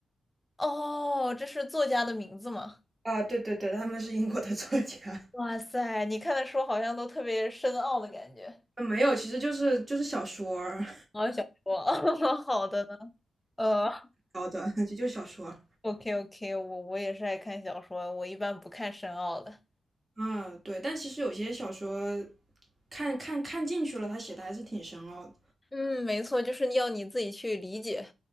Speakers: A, on the left; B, on the right.
A: 哦，这是作家的名字吗？
B: 啊，对对对，他们是英国的 <laughs> 作家。
A: 哇塞，你看的书好像都特别深奥的感觉。
B: <laughs> 没有，其实就是就是小说儿
A: 哦，小说，<laughs> 好的呢。呃
B: 聊的，<laughs> 就就小说儿。
A: ，OK OK，我我也是爱看小说，我一般不看深奥的。
B: 嗯，对，但其实有些小说看看看进去了，他写的还是挺深奥的。
A: 嗯，没错，就是要你自己去理解。